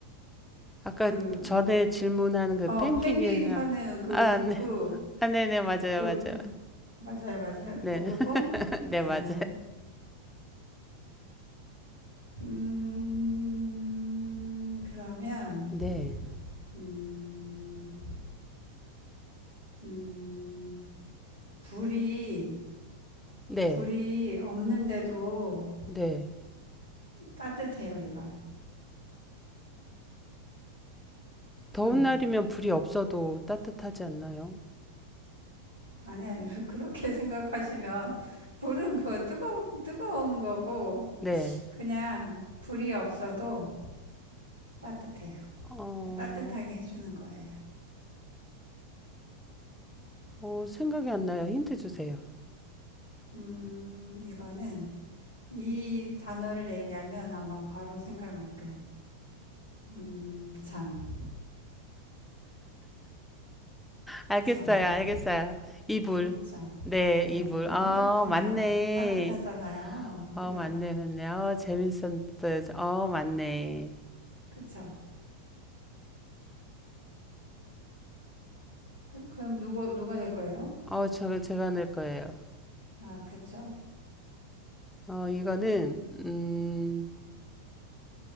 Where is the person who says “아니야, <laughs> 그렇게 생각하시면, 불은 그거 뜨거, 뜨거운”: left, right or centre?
Right